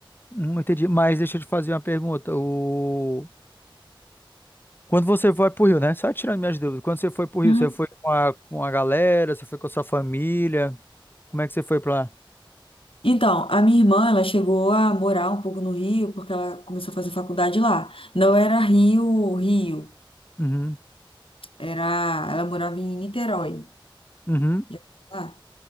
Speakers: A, on the left; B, on the left.
A: Hum, entendi. Mas deixa eu te fazer uma pergunta. O... Quando você vai pro Rio, né? Só tirando minhas dúvidas. Quando você foi pro Rio,
B: Uhum.
A: você foi com a, com a galera, você foi com a sua família? Como é que você foi pra lá?
B: Então, a minha irmã, ela chegou a morar um pouco no Rio, porque ela começou a fazer faculdade lá. Não era Rio, Rio,
A: Uhum.
B: era, ela morava em Niterói.
A: Uhum.
B: Já ouviu falar?